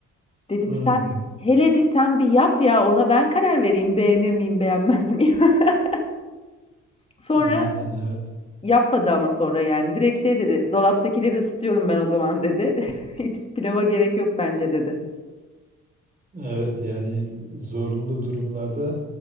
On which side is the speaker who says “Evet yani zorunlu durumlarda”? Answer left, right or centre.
Right